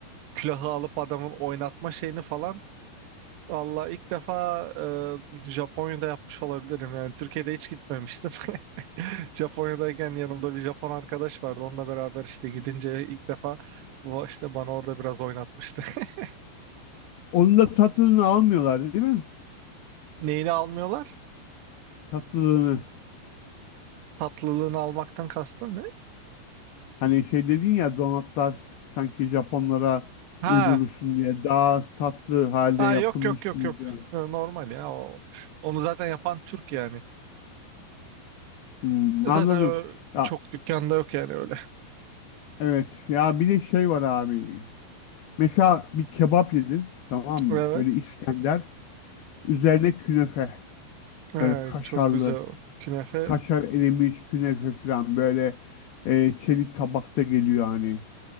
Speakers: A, on the right; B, on the left.
A: külahı alıp adamın oynatma şeyini falan. Valla ilk defa e, Japonya'da yapmış olabilirim yani. Türkiye'de hiç gitmemiştim. <laughs> Japonya'dayken yanımda bir Japon arkadaş vardı. Onunla beraber işte gidince ilk defa bu işte bana orada biraz oynatmıştı. <laughs>
B: Onun da tatlılığını almıyorlar değil mi?
A: Neyini almıyorlar?
B: Tatlılığını.
A: Tatlılığını almaktan kastın ne?
B: Hani şey dedin ya donatlar sanki Japonlara
A: Ha,
B: uydurursun diye daha tatlı halde
A: ha
B: yapılmış
A: yok yok yok
B: gibi.
A: yok.
B: görünüyor.
A: Yo, Normal ya o. Onu zaten yapan Türk yani.
B: Hmm,
A: Zaten
B: anladım.
A: ö-
B: Ya
A: çok dükkanda yok yani öyle.
B: evet. Ya bir de şey var abi. Mesela bir kebap yedin tamam mı?
A: Evet.
B: Böyle İskender. Üzerine künefe.
A: Ee,
B: Böyle kaşarlı.
A: çok güzel. Künefe
B: Kaşar erimiş künefe falan. Böyle e, çelik tabakta geliyor hani.